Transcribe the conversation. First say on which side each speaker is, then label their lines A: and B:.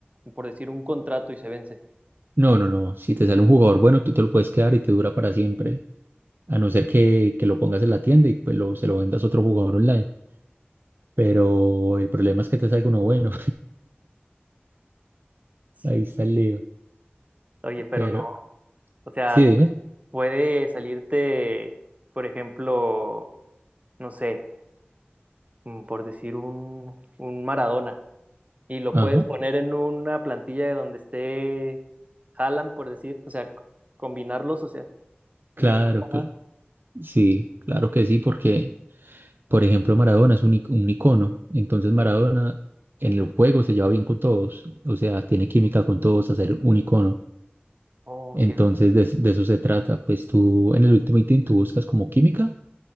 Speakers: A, on the right; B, on the right.
A: por decir, un contrato y se vence?
B: No, no, no. Si te sale un jugador bueno, tú te lo puedes quedar y te dura para siempre. A no ser que, que lo pongas en la tienda y pues lo, se lo vendas a otro jugador online. Pero el problema es que te salga uno bueno. <laughs>
A: Sí,
B: Ahí está el lío.
A: oye, pero
B: Pero,
A: no. O sea,
B: sí, dime.
A: puede salirte, por ejemplo, no sé, mm, por decir un, un Maradona y lo
B: Ajá.
A: puedes poner en una plantilla de donde esté Haaland, por decir, o sea, c- combinarlos, o sea,
B: Claro,
A: no importa nada.
B: cl- Sí, claro que sí, porque, por ejemplo, Maradona es un, i- un icono. Entonces, Maradona en el juego se lleva bien con todos. O sea, tiene química con todos a ser un icono.
A: Oh,
B: Entonces,
A: cierto.
B: de, de eso se trata. Pues tú en el Ultimate Team tú buscas como química